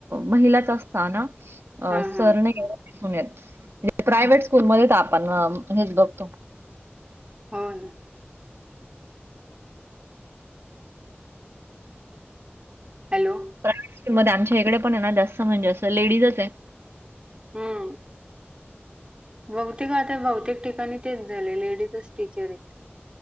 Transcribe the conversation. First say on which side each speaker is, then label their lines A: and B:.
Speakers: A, on the right; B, on the right.
A: महिलाच असता ना. अ
B: हा हा
A: सर नाही एवढे दिसून येत, प्रायव्हेट स्कूलमध्येच आपण हेच बघतो.
B: हो ना. हॅलो.
A: प्रा मध्ये आमच्या इकडे पण आहे ना जास्त म्हणजे असं लेडीजच आहे.
B: हा. बहतेिक आता बहतेक ठिकाणी तेच झाले लेडीजच टीचर आहेत.